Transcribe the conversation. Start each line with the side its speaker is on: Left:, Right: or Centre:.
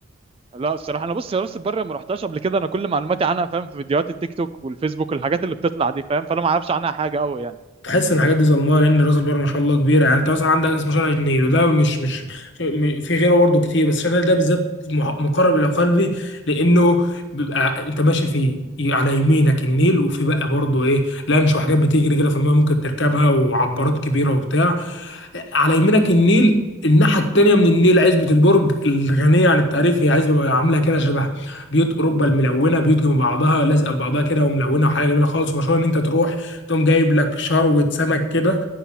Right: لا الصراحه انا بص يا راس البر ما رحتهاش قبل كده انا كل معلوماتي عنها فاهم في فيديوهات التيك توك والفيسبوك والحاجات اللي بتطلع دي فاهم فانا ما اعرفش عنها حاجه قوي يعني
Left: تحس ان الحاجات دي ظلمها لان راس البر ما شاء الله كبيره يعني انت مثلا عندك اسمه شارع النيل وده مش مش م- في غيره برضه كتير بس شارع النيل ده بالذات مح- مقرب الى قلبي لانه بيبقى انت ماشي فيه ي- على يمينك النيل وفي بقى برضه ايه لانش وحاجات بتجري كده في الماء ممكن تركبها وعبارات كبيره وبتاع على يمينك النيل الناحيه التانيه من النيل عزبه البرج الغنيه عن التعريف هي عزبه عامله كده شبه بيوت اوروبا الملونه بيوت جنب بعضها لازقه في بعضها كده وملونه وحاجه جميله خالص ومشهور ان انت تروح تقوم جايب لك شروة سمك كده